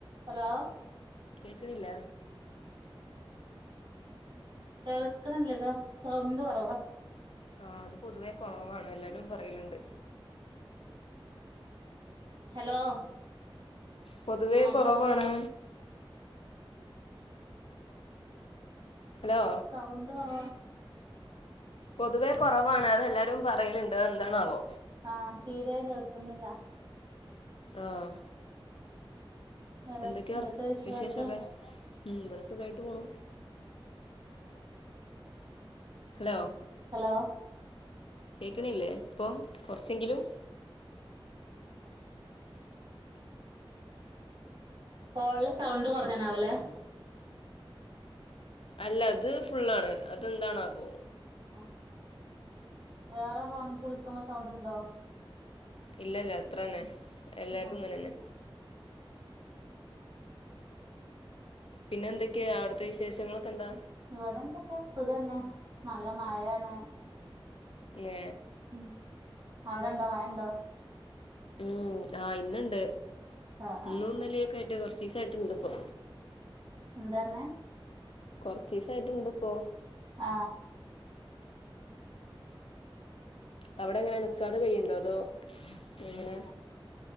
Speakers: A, on the right (about 55°); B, on the left (about 80°).
A: Hello
B: കേക്കണില്ല
A: കേൾക്കണില്ലല്ലോ sound കുറവാ
B: ആഹ അത് പൊതുവേ കുറവാണ് എല്ലാരും പറയലിണ്ട്
A: ഹലോ
B: പൊതുവേ
A: ആഹ്
B: കുറവാണ്
A: കേൾക്കുന്നുണ്ടോ
B: ഹലോ
A: സൗണ്ട് പറ
B: പൊതുവേ കുറവാണ് അതെല്ലാരും പറയലുണ്ട് എന്താണാവോ
A: ആഹ് തീരായി കേൾക്കുന്നില്ല
B: ആഹ്
A: അ
B: എന്തൊക്കെയാ
A: എന്തൊക്കെ വിശേഷം?
B: വിശേഷൊക്കെ ഉം ഇവിടെ സുഖായിട്ട് പോണു. ഹലോ
A: ഹലോ
B: കേക്കണില്ലേ ഇപ്പോ കുറച്ചെങ്കിലും
A: ഫോൺല് സൗണ്ട് കുറഞ്ഞണാവേല്ലേ
B: അല്ല അത് ഫുള്ളാണ് അതെന്താണവോ
A: ആ വേറെ ഫോണിക്ക് വിളിക്കുമ്പോ സൗണ്ട്ണ്ടോ
B: ഇല്ല ഇല്ല അത്രന്നെ എല്ലാര്തും
A: ആഹ്
B: ഇങ്ങനെന്നെ പിന്നെ എന്തൊക്കെയാ അവിടത്തെ വിശേഷങ്ങളൊക്കെ എന്താ?
A: ഇവിടെ എന്തൊക്കെ സുഖന്നെ നല്ല മഴയാണ്.
B: ഏ
A: ഉം അവിടെണ്ടോ മഴണ്ടോ?
B: ഉം ആഹ് ഇന്ന്ണ്ട്
A: ആഹ്
B: ഇന്നും
A: ആഹ്
B: ന്നലൊക്കെ കുറച്ചിസായിട്ടിണ്ട് ഇപ്പൊ.
A: എന്താറഞ്ഞെ
B: കൊറച്ചീസായിട്ടിണ്ട്പ്പോ
A: ആ
B: അവിടെ എങ്ങനെ നിക്കാതെ പെയ്യുണ്ടോ അതോ എങ്ങനെ?